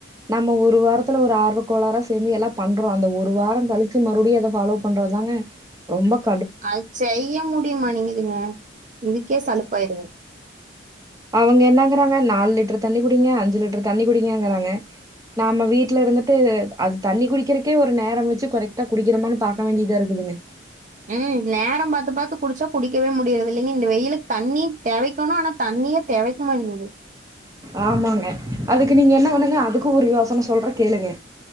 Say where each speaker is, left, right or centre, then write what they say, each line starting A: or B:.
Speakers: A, on the right; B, on the right.
A: நம்ம ஒரு வாரத்துல ஒரு ஆர்வக்கோளாறா சேந்து எல்லா பண்றோ அந்த ஒரு வாரோ கழிச்சு மறுடியூ அத ஃபாலோ பண்றதாங்க ரொம்பக்
B: அது செய்ய முடியுமா மானிங்குதுங்க இதுக்கே சலிப்பாயிருது
A: அவுங்க என்னங்கறாங்க நாலு லிட்டர் தண்ணி குடிங்க அஞ்சு லிட்டர் தண்ணி குடிங்கங்கறாங்க நாம வீட்டுலருந்துட்டு அது தண்ணி குடிக்கிறக்கே ஒரு நேரோ வச்சு கரெக்ட்டா குடிக்கிறோமானு பாக்க வேண்டியதாருக்குதுங்க
B: ம் நேரோ பாத்து பாத்து குடிச்சா குடிக்கவே முடியிறது இல்லைங்க இந்த வெயிலுக்கு தண்ணி தெவக்கணத ஆனா தண்ணியே தெவக் க மானிங்குது
A: ஆமாங்க அதுக்கு நீங்க என்ன பண்ணுங்க அதுக்கூ ஒரு யோசன சொல்றே கேளுங்க